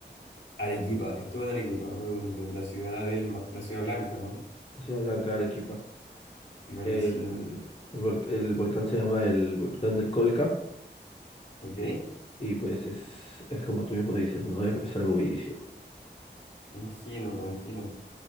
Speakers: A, on the left (about 75°); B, on the left (about 30°).
A: Arequipa, estuve en Arequipa, muy bonito. La ciudad del, ma- la ciudad blanca, ¿no?
B: la Ciudad Blanca de Arequipa.
A: Buenísimo.
B: El, el, vol- el volcán se llama el volcán del Colca
A: ¿Ok?
B: y, y pues es, es como tú mismo dices, ¿no? Es, es algo bellísimo.
A: Imagino, imagino.